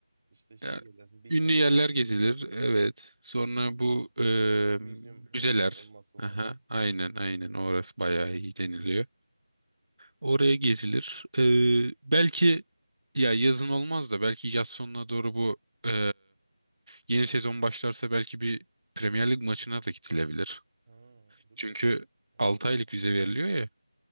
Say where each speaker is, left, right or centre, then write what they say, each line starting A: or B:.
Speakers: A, on the right; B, on the right.
A: işte şeyi
B: Ya,
A: gezersin. Big
B: ünlü
A: Bang
B: yerler
A: görürsün.
B: gezilir. Evet. Sonra bu e,
A: British Museum
B: müzeler.
A: herhalde olmazsa olmaz.
B: Aha, aynen aynen orası bayağı iyi deniliyor. Oraya gezilir. E, belki ya yazın olmaz da belki yaz sonuna doğru bu e, yeni sezon başlarsa belki bir Premier Lig maçına da gidilebilir.
A: Ha, değil
B: Çünkü
A: mi? Aynen.
B: 6 aylık vize veriliyor ya.